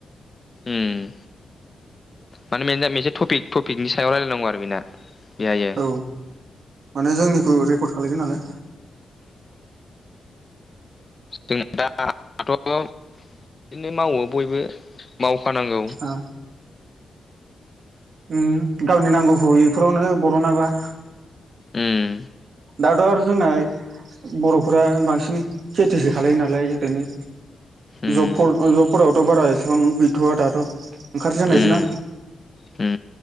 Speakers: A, on the left (about 30°); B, on the right (about 65°).
A: उम माने मोनसेटपि टपिकनि सायाव रायलायनांगौ आरो बेना। बेहायो
B: औ माने जोंनिखौ रेकर्ड खालायगोन नालाय।
A: जों दाथ' बिदिनो मावो बयबो माव खानांगौ।
B: ओ उम गावनि नांगौखौ बेफोरावनो बरनाबा।
A: उम।
B: दाथ' आरो जोंना बर'फोरा बांसिन खेथिसो खालायो नालाय ओरैनो।
A: उम
B: जबफोर ओ जबफोरावथ' बारा इसिबां गैथ'वा दाथ'। ओंखारजेन्नायसोना
A: उम उम